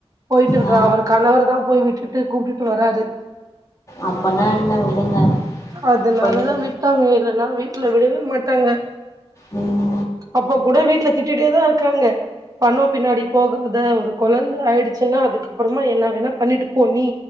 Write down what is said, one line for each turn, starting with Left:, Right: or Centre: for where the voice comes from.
Right: போயிட்டு இருக்கிறா
Left: ஆ
Right: அவர கணவருதா போய் விட்டுட்டு கூப்டுட்டு வராரு
Left: அப்பன்னா என்ன விடுங்க
Right: அதனாலதா
Left: போயிட்டு
Right: விட்டாங்க இல்லன்னா வீட்ல விடவே மாட்டாங்க
Left: ம்
Right: அப்போ கூட வீட்ல திட்டிட்டே தா இருக்காங்க பணோ பின்னாடி போகாத ஒரு கொழந்த ஆயிடுச்சுன்னா அதுக்கப்புறமா என்ன வேணா பண்ணிட்டு போ நீ